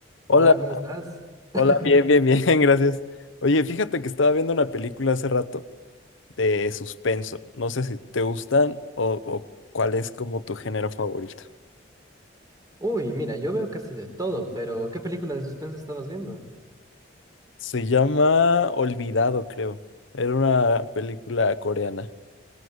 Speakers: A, on the left (about 80°); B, on the right (about 20°).
A: Hola,
B: Hola, ¿cómo estás? <laughs>
A: hola, bien, bien, bien, <laughs> gracias. Oye, fíjate que estaba viendo una película hace rato de suspenso. No sé si te gustan o, o cuál es como tu género favorito.
B: Uy, mira, yo veo casi de todo, pero ¿qué película de suspenso estabas viendo?
A: Se llama Olvidado, creo. Era una película coreana.